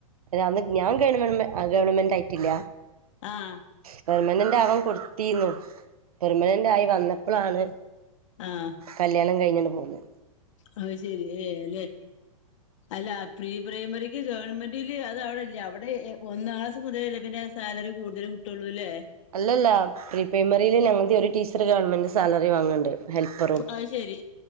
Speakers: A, on the right (about 85°); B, on the left (about 55°).
A: അന്ന് ഞാൻ ഗവൺമെൻ്റ് ഗവൺമെന്റ് ആയിട്ടില്ല
B: ആഹ്
A: പെർമനന്റ് ആവാൻ കൊട്ത്തീന്നു പെർമനൻ്റ് ആയി വന്നപ്പളാണ്
B: ആഹ്
A: കല്യാണം കയ്ഞ്ഞാണ്ട് പോന്നെ
B: അത് ശരി ഏ ലെ അല്ല പ്രീ പ്രൈമറിക്ക് ഗവൺമെന്റില് അത് അവിടെല്ല അവിടെ ഒന്നാം ക്ലാസ് മുതലല്ലെ പിന്നെ സാലറി കൂട്തല് കിട്ടൊള്ളു അല്ലെ
A: അല്ലല്ല പ്രീ പ്രൈമറില് ഞങ്ങളുടെ ഒരു ടീച്ചറ് ഗവൺമെന്റ് സാലറി വാങ്ണ്ട് ഹെൽപ്പറും
B: അത് ശരി